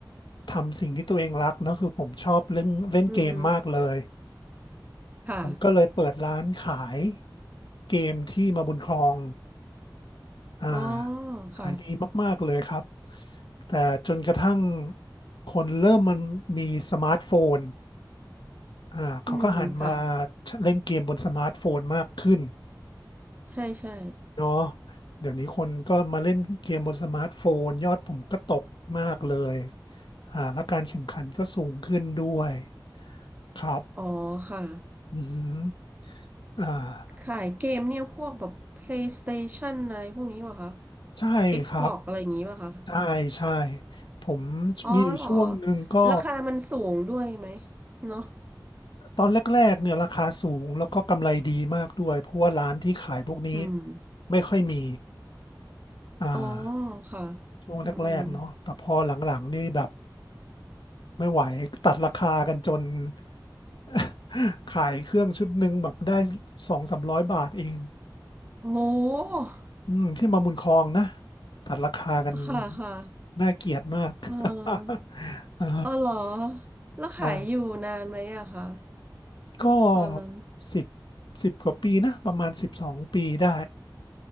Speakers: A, on the left; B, on the right.
A: ทำสิ่งที่ตัวเองรักเนอะคือผมชอบเรื่องเล่นเกมมากเลย
B: อือฮึค่ะ
A: ผมก็เลยเปิดร้านขายเกมที่มาบุญครองอ่า
B: อ๋อ
A: ขายดีมากๆเลยครับ
B: ค่ะ
A: แต่จนกระทั่งคนเริ่มมันมีสมาร์ทโฟนอ่าเขาก็หันมา
B: อืมค่ะ
A: เล่นเกมบนสมาร์ทโฟนมากขึ้น
B: ใช่ใช่
A: เนาะเดี๋ยวนี้คนก็มาเล่นเกมบนสมาร์ทโฟนยอดผมก็ตกมากเลยอ่าแล้วการแข่งขันก็สูงขึ้นด้วยครับ
B: อ๋อค่ะ
A: อือหืออ่า
B: ขายเกมเนี่ยพวกแบบ PlayStation อะไรพวกนี้ป่ะคะ
A: ใช่ครับ
B: Xbox อะไรอย่างงี้ป่ะคะ
A: ใช่ใช่ผม
B: อ๋อเหรอ
A: มีอยู่ช่วงหนึ่งก็
B: ราคามันสูงด้วยไหมเนาะ
A: ตอนแรกๆเนี่ยราคาสูงแล้วก็กำไรดีมากด้วยเพราะว่าร้านที่ขายพวกนี้
B: อืม
A: ไม่ค่อยมีอ่า
B: อ๋อค่ะ
A: ช่วงแรกๆเนาะแต่พอหลังๆนี่แบบ
B: อืมอืม
A: ไม่ไหวตัดราคากันจน <laughs> ขายเครื่องชุดหนึ่งแบบได้สองสามร้อยบาทเอง
B: โอ้โห
A: อืมที่มาบุญครองนะตัดราคากัน
B: ค่ะค่ะ
A: น่าเกลียดมาก <laughs>
B: เออ
A: อ่า
B: เออเหรอแล้วขายอยู่นานไหมอะคะ
A: ใช่ก็
B: ตอนนั้น
A: สิบสิบกว่าปีนะประมาณสิบสองปีได้